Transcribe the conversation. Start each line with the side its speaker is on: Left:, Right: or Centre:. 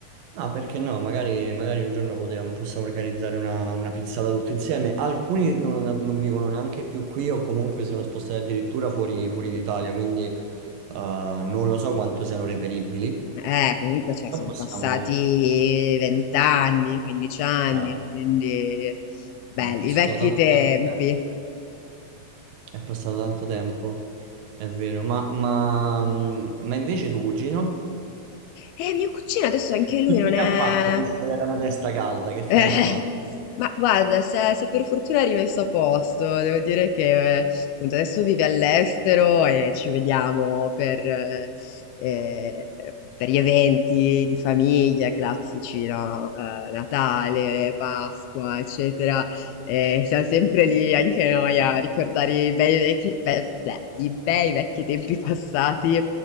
Right: No, perché no? Magari, magari un giorno potremmo- possiamo organizzare una, una pizzata tutti insieme. Alcuni non, non vivono neanche più qui o comunque sono spostati addirittura fuori, fuori d'Italia, quindi eh, non lo so quanto siano reperibili.
Left: Eh, comunque cioè,
Right: Però
Left: sono
Right: possiamo...
Left: passati vent'anni, 15 anni,
Right: ah,
Left: quindi belli,
Right: È passato
Left: i vecchi
Right: tanto,
Left: tempi.
Right: tanto- è passato tanto tempo, è vero. Ma, ma, mm, ma invece tuo cugino?
Left: Eh, mio cugino adesso anche
Right: Che
Left: lui
Right: fine
Left: non è...
Right: ha fatto, visto che era una testa calda? Che fine
Left: Eh,
Right: ha fatto?
Left: ma guarda, se, se per fortuna è rimesso a posto, devo dire che eh, appunto adesso vive all'estero e ci vediamo per, eh, eh, per gli eventi di famiglia classici, no? Eh, Natale, Pasqua, eccetera. E siamo sempre lì anche noi a ricordare i bei vecchi, beh, beh, i bei vecchi tempi passati.